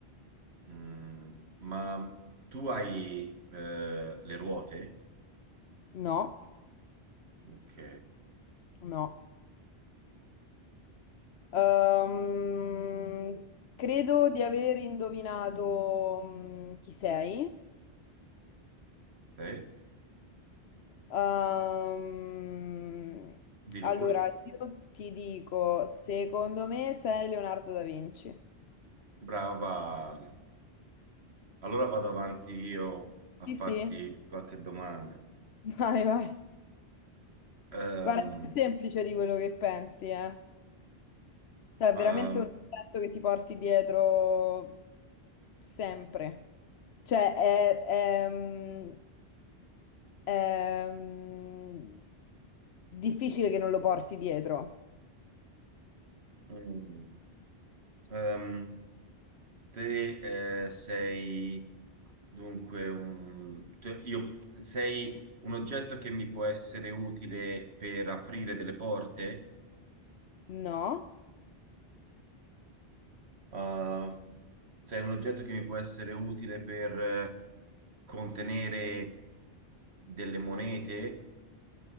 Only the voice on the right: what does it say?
Mm, ma tu hai eh, le ruote?
Ok,
sì,
dillo
pure.
Brava. Allora vado avanti io a
farti
qualche domanda.
Ehm,
ehm,
mm, ehm, te eh, sei dunque un... te- io, sei un oggetto che mi può essere utile per aprire delle porte?
Uh, sei un oggetto che mi può essere utile per eh, contenere delle monete,